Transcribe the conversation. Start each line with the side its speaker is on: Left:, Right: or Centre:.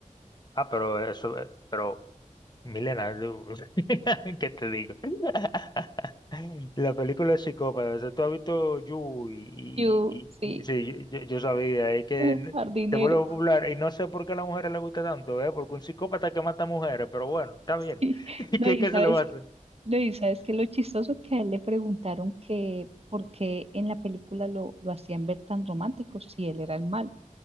Left: Ah, pero eso, eh, pero Milena, tú- <laughs> ¿qué te digo? <laughs> La película es psicópata. O sea, tú has visto You y,
Right: Yo, sí,
Left: y- y- sí, yo, yo- yo sabía, es que
Right: eh,
Left: n-
Right: jardinero.
Left: se vuelve popular
Right: <laughs>
Left: y no sé por qué a las mujeres les gusta tanto, ¿eh? Porque un psicópata que mata mujeres, pero bueno, está bien.
Right: Sí.
Left: <laughs>
Right: No,
Left: ¿Qué,
Right: y
Left: qué
Right: sabes
Left: se le va a
Right: que,
Left: hacer?
Right: no, y sabes que lo chistoso que a él le preguntaron que por qué en la película lo, lo hacían ver tan romántico si él era el malo.